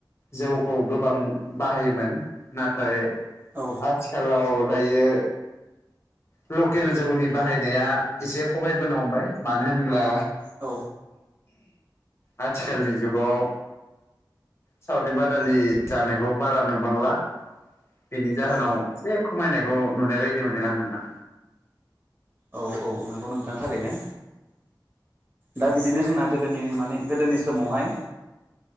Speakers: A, on the left (about 35°); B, on the right (about 25°).
A: जौखौ गोबां बाहायोमोन नाथाय
B: औ
A: आथिखालाव दायो। लकेल जौनि बाहायनाया एसे खबाइबोनो हमबाय मानो होनब्ला
B: औ
A: आथिखालनि जुगाव सावरि बादालि जानायखौ बारा नुबांला बिनि जाहोनाव
B: औ
A: एसे खमायनायखौ नुनाय बायदि मोनदों आं नोंथां
B: औ औ नोंगौ नोंथांथारैनो दा बिदिनो जोंना गोदोनि माने गोदोनि समावहाय